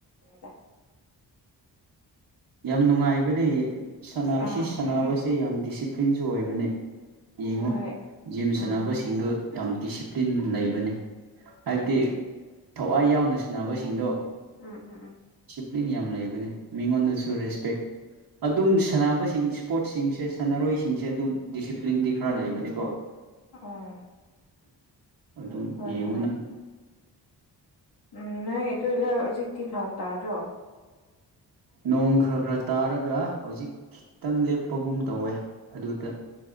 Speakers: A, on the left; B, on the right.
A: ꯗ
B: ꯌꯥꯝ ꯅꯨꯡꯉꯥꯏꯕꯅꯦ ꯑꯁꯤ
A: ꯑꯥ
B: ꯁꯥꯟꯅꯕꯁꯦ ꯌꯥꯝ ꯗꯤꯁꯤꯄ꯭ꯂꯤꯟꯁꯨ ꯑꯣꯏꯕꯅꯦ ꯌꯦꯡꯉꯨ
A: ꯍꯣꯏ
B: ꯖꯤꯦꯝ ꯁꯥꯟꯅꯕꯁꯤꯡꯗꯨ
A: ꯎꯝ
B: ꯌꯥꯝ ꯗꯤꯁꯤꯄ꯭ꯂꯤꯟ ꯂꯩꯕꯅꯤ ꯍꯥꯏꯕꯗꯤ
A: ꯎꯝ
B: ꯊꯋꯥꯏ ꯌꯥꯎꯅ ꯁꯥꯟꯅꯕꯁꯤꯡꯗꯣ
A: ꯎꯝ ꯎꯝ ꯎꯝ
B: ꯐꯂꯤꯡ ꯌꯥꯝ ꯂꯩꯕꯅꯤ ꯃꯤꯉꯣꯟꯗꯁꯨ ꯔꯦꯁꯄꯦꯛ ꯑꯗꯨꯝ ꯁꯥꯟꯅꯕꯁꯤꯡ ꯏꯁꯄꯣꯔꯠꯁꯤꯡꯁꯦ ꯁꯥꯟꯅꯔꯣꯏꯁꯤꯡꯁꯦ ꯑꯗꯨꯝ ꯗꯤꯁꯤꯄ꯭ꯂꯤꯟꯗꯤ ꯈꯔ ꯂꯩꯕꯅꯤꯀꯣ
A: ꯑ
B: ꯑꯗꯨꯝ
A: ꯍꯣꯏ
B: ꯌꯦꯡꯉꯨ
A: ꯍꯣꯏ
B: ꯅꯪ
A: ꯎꯝ ꯅ ꯇꯖ ꯁꯤꯇ ꯂꯣꯡꯣꯡ ꯇꯥꯔꯣ
B: ꯅꯣꯡ ꯈꯔ ꯈꯔ ꯇꯥꯔꯒ ꯍꯧꯖꯤꯛ ꯈꯤꯇꯪ ꯂꯦꯞꯄꯒꯨꯝ ꯇꯧꯋꯦ ꯑꯗꯨꯗ